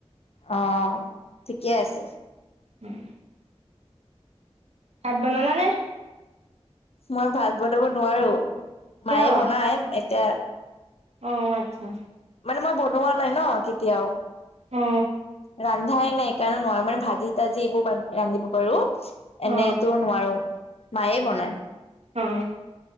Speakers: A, on the left; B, on the right.
A: অ ঠিকেই আছে।
B: উম। ভাত বনালানে?
A: মই ভাত বনাব নোৱাৰো
B: কিয়
A: মায়ে বনাই এতিয়া
B: অ আচ্ছা
A: মানে মই বনোৱা নাই ন কেতিয়াও।
B: অ।
A: ৰান্ধাই নাই সেইকাৰণে নোৱাৰো মানে ভাজি-তাজি এইবোৰ ৰান্ধিব পাৰো। এনেইটো
B: অ
A: নোৱাৰো মায়েই বনায়।
B: অ